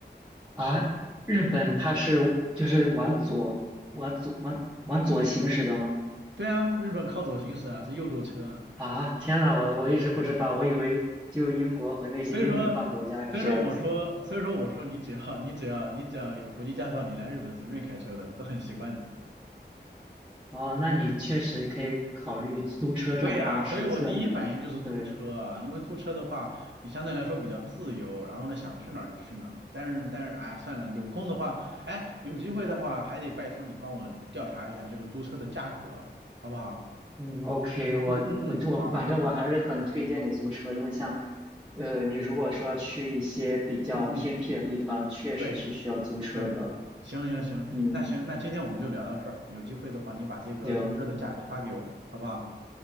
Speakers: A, in the centre; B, on the right.
A: 啊，日本它是就是往左往左往往左行驶的吗？
B: 对啊，日本靠左行驶啊，是右舵车啊。
A: 啊，天呐，我我一直不知道，我以为就英国和那些英联邦国家是这样子。
B: 所以说，所以说我说，所以说我说你只要你只要你只要有国际驾照，你来日本随便开车的都很习惯的。
A: 哦，那你确实可以考虑租车这种方式，
B: 对呀，所以我第一反应就是租车啊，
A: 虽然对。
B: 因为租车的话，你相对来说比较自由，然后呢，想去哪儿就去哪儿。但是，但是，哎，算了，有空的话，哎，有机会的话，还得拜托你帮我调查一下这个租车的价格啊，好不好？
A: 嗯，OK，我我我反正我还是很推荐你租车，
B: 嗯嗯嗯，好，
A: 因为像，呃，你如果说要去一些比较偏僻的地方，
B: 嗯嗯，
A: 确实是需要租车的。
B: 对对，行行行，
A: 嗯，
B: 那行，那今天我们就聊到这儿，有机会的话，你把这个租车的价格发给我，
A: 行
B: 好不好？